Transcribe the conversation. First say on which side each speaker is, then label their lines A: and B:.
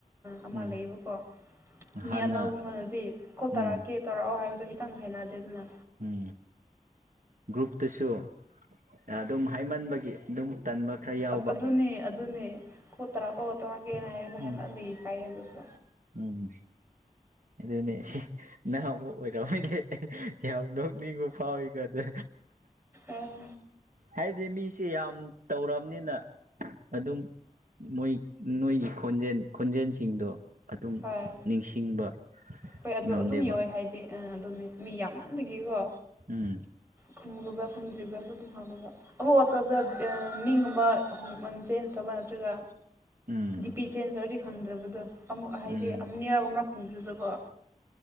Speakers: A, on the right (about 15°); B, on the right (about 70°).
A: ꯑꯃ
B: ꯎꯝ
A: ꯂꯩꯌꯦꯕꯀꯣ ꯃꯤ
B: ꯍꯥꯟꯅ
A: ꯑꯅꯧꯕꯉꯗꯗꯤ ꯀꯣꯜ ꯇꯧꯔꯛꯀꯦ
B: ꯎꯝ
A: ꯇꯧꯔꯛꯑꯣ ꯍꯥꯏꯕꯗꯣ ꯈꯤꯇꯪ ꯍꯅꯗꯦ ꯑꯗꯨꯅ
B: ꯎꯝ ꯒ꯭ꯔꯨꯞꯇꯁꯨ ꯑꯗꯨꯝ ꯍꯥꯏꯃꯟꯕꯒꯤ ꯑꯗꯨꯝ ꯇꯟꯕ ꯈꯔ ꯌꯥꯎꯕ
A: ꯑꯗꯨꯅꯤ ꯑꯗꯨꯅꯤ ꯀꯣꯠꯇꯔꯥꯛꯑꯣ ꯇꯧꯔꯛꯒꯦꯅ ꯍꯥꯏꯕꯗ
B: ꯎꯝ
A: ꯍꯥꯏꯅ ꯃꯤ ꯄꯥꯏꯌꯦ ꯑꯗꯨꯁꯨ
B: ꯎꯝ ꯑꯗꯨꯅꯦ ꯁꯤ ꯅꯍꯕ ꯑꯣꯏꯔꯝꯃꯗꯤ ꯑꯩ ꯌꯥꯝ ꯅꯣꯛꯅꯤꯡꯕ ꯐꯥꯎꯋꯤꯀꯣ ꯑꯗ
A: ꯑꯦ
B: ꯍꯥꯏꯕꯗꯤ ꯃꯤꯁꯦ ꯌꯥꯝ ꯇꯧꯔꯕꯝꯅꯤꯅ ꯑꯗꯨꯝ ꯃꯣꯏ ꯅꯣꯏꯒꯤ ꯈꯣꯟꯖꯦꯜ ꯈꯣꯟꯖꯦꯜꯁꯤꯡꯗꯣ ꯑꯗꯨꯝ
A: ꯍꯣꯏ
B: ꯅꯤꯡꯁꯤꯡꯕ
A: ꯍꯣꯏ ꯑꯗꯨ
B: ꯉꯝꯗꯦꯕ
A: ꯑꯗꯨꯝ ꯌꯧꯋꯦ ꯍꯥꯏꯗꯤ ꯑꯥ ꯑꯗꯨꯅꯦ ꯃꯤ ꯌꯥꯝꯃꯟꯕꯒꯤꯀꯣ
B: ꯎꯝ
A: ꯈꯨꯝꯕ꯭ꯔꯥ ꯈꯨꯝꯗ꯭ꯔꯤꯕ꯭ꯔꯥꯁꯨ ꯑꯗꯨꯝ ꯈꯪꯗꯕ ꯑꯃꯨꯛ ꯋꯥꯆꯞꯇ ꯃꯤꯒꯨꯝꯕ ꯆꯦꯟꯖ ꯇꯧꯕ ꯅꯠꯇ꯭ꯔꯒ
B: ꯎꯝ
A: ꯗꯤꯄꯤꯤ ꯆꯦꯟꯁ ꯑꯣꯏꯗꯤ ꯈꯪꯗ꯭ꯔꯕꯗꯣ ꯑꯃꯨꯛ ꯍꯥꯏꯗꯤ
B: ꯎꯝ
A: ꯅꯤꯔꯛ ꯍꯨꯝꯔꯛ ꯈꯨꯝꯕꯤꯖꯕ